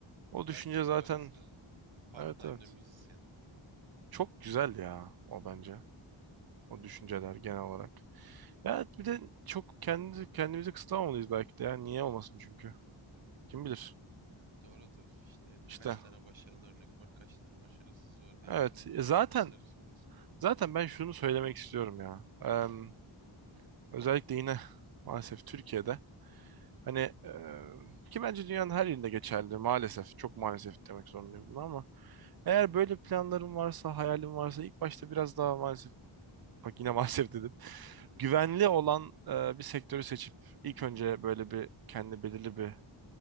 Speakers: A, on the right; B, on the right.
A: O düşünce
B: Belki
A: zaten
B: barista, part
A: evet
B: time
A: evet.
B: de müzisyen.
A: Çok güzel ya o bence. O düşünceler genel olarak. Ya bir de çok kendi kendimizi kısıtlamamalıyız belki de ya. Niye olmasın çünkü. Kim bilir.
B: Ya doğru da işte yani
A: İşte
B: kaç tane başarılı örnek var, kaç tane başarısız var diye
A: evet.
B: düşününce
A: E,
B: insan
A: Zaten
B: ister istemez.
A: Zaten ben şunu söylemek istiyorum ya. Em, özellikle yine maalesef Türkiye'de hani em, ki bence dünyanın her yerinde geçerli maalesef. Çok maalesef demek zorundayım bunu ama eğer böyle planların varsa, hayalin varsa ilk başta biraz daha maalesef bak yine <laughs> maalesef dedim.
B: Hı.
A: Güvenli olan e, bir sektörü seçip ilk önce böyle bir kendi belirli bir